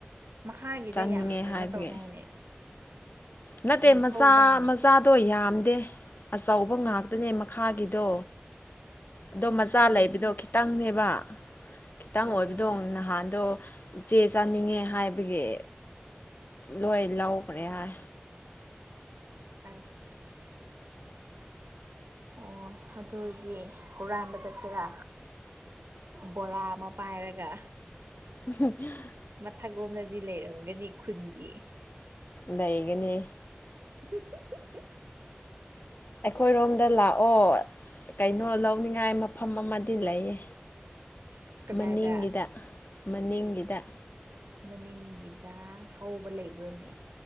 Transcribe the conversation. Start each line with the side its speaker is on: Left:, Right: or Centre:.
Right: ꯃꯈꯥꯒꯤꯗ
Left: ꯆꯥꯅꯤꯡꯉꯦ
Right: ꯌꯥꯝ
Left: ꯍꯥꯏꯕꯒꯤ
Right: ꯀꯩꯅꯣ ꯇꯧꯗꯥꯏꯅꯦ
Left: ꯅꯠꯇꯦ
Right: ꯌꯥꯝ
Left: ꯃꯆꯥ
Right: ꯍꯧꯗꯥꯏꯅꯦ
Left: ꯃꯆꯥꯗꯣ ꯌꯥꯝꯗꯦ ꯑꯆꯧꯕ ꯉꯥꯛꯇꯅꯦ ꯃꯈꯥꯒꯤꯗꯣ ꯑꯗꯣ ꯃꯆꯥ
Right: ꯑꯣ
Left: ꯂꯩꯕꯗꯣ ꯈꯤꯇꯪꯅꯦꯕ ꯈꯤꯇꯪ
Right: ꯑꯣ
Left: ꯑꯣꯏꯕꯗꯣ ꯅꯍꯥꯟꯗꯣ ꯏꯆꯦ ꯆꯥꯅꯤꯡꯉꯦ ꯍꯥꯏꯕꯒꯤ ꯂꯣꯏ ꯂꯧꯈ꯭ꯔꯦ ꯍꯥꯏ
Right: ꯑꯁ ꯑꯣ ꯑꯗꯨꯗꯤ ꯍꯨꯔꯥꯟꯕ ꯆꯠꯁꯤꯔꯥ ꯕꯣꯔꯥ ꯑꯃ ꯄꯥꯏꯔꯒ
Left: <unintelligible>
Right: ꯃꯊꯛꯂꯣꯝꯗꯗꯤ ꯂꯩꯔꯝꯒꯅꯤ ꯈꯨꯟꯒꯤ
Left: ꯂꯩꯒꯅꯤ
Right: <unintelligible>
Left: ꯑꯩꯈꯣꯏꯔꯣꯝꯗ ꯂꯥꯛꯑꯣ ꯀꯩꯅꯣ ꯂꯧꯅꯤꯡꯉꯥꯏ ꯃꯐꯝ ꯑꯃꯗꯤ ꯂꯩꯌꯦ
Right: ꯑꯁ ꯀꯗꯥꯏꯗ
Left: ꯃꯅꯤꯡꯒꯤꯗ ꯃꯅꯤꯡꯒꯤꯗ
Right: ꯃꯅꯤꯡꯒꯤꯗ ꯍꯧꯕ ꯂꯩꯕ꯭ꯔꯅꯦ